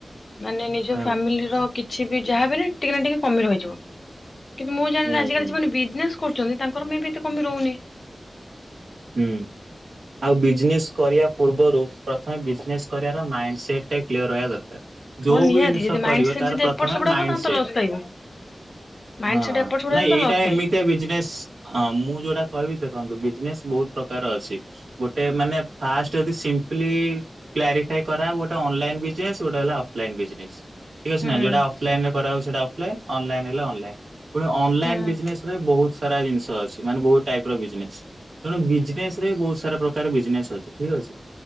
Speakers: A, on the left; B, on the right.
A: ମାନେ ନିଜ
B: ହଁ
A: ଫ୍ୟାମିଲି ର କିଛି ବି ଯାହା ବି ହେଲେ ଟିକେ ନା ଟିକେ କମି ରହିଯିବ। କିନ୍ତୁ ମୁଁ ଜାଣିଲି
B: ହୁଁ
A: ଆଜିକାଲି
B: ହୁଁ
A: ଯୋଉମାନେ ବିଜନେସ୍ କରୁଚନ୍ତି ତାଙ୍କର ମେ ବି ଏତେ କମି ରହୁନି।
B: ହୁଁ ଆଉ ବିଜନେସ୍ କରିବା ପୂର୍ବରୁ ପ୍ରଥମେ ବିଜନେସ୍ କରିବାର ମାଇଣ୍ଡ ସେଟ ଟା କ୍ଲିଅର ରହିବା ଦରକାର ଯୋଉ
A: ହଁ ନିହାତି
B: ବି ଜିନିଷ
A: ଯଦି ମାଇଣ୍ଡ
B: କରିବ
A: ସେଟ
B: ତାର
A: ଯଦି
B: ପ୍ରଥମେ
A: ଏପଟ ସେପଟ
B: ମାଇଣ୍ଡ
A: ହବ ତାହେଲେ
B: ସେଟ
A: ତ ଲସ୍ ଖାଇବୁ ମାଇଣ୍ଡ
B: ହଁ
A: ସେଟ ଏପଟ ସେପଟ
B: ନାଇଁ
A: ହେଲେ ତ
B: ଏଇଟା
A: ଲସ୍ ଖାଇବୁ।
B: ଏମିତିଆ ବିଜନେସ୍ ଅଁ ମୁଁ ଯୋଉଟା କହିବି ଦେଖନ୍ତୁ ବିଜନେସ୍ ବହୁତ ପ୍ରକାର ଅଛି ଗୋଟେ ମାନେ ଫାଷ୍ଟ ଯଦି ସିମ୍ପଲି କ୍ଲାରିଫାଇ କରା ହବ ଗୋଟେ ଅନଲାଇନ୍ ବିଜନେସ୍ ଗୋଟେ ହେଲା ଅନଲାଇନ୍ ବିଜନେସ୍। ଠିକ ଅଛି
A: ହୁଁ।
B: ନା ଯୋଉଟା ଅଫଲାଇନ୍ ରେ କରାହଉଛି ସେଟା ଅଫଲାଇନ୍ ଅନଲାଇନ୍ ହେଲେ ଅନଲାଇନ୍ ପୁଣି ଅନଲାଇନ୍
A: ହୁଁ
B: ବିଜନେସ୍ ବହୁତ ସାରା ଜିନିଷ ଅଛି ମାନେ ବହୁତ ଟାଇପ୍ ର ବିଜନେସ୍ ତେଣୁ ବିଜନେସ୍ ରେ ବହୁତ ସାରା ପ୍ରକାର ବିଜନେସ୍ ଅଛି ଠିକ ଅଛି।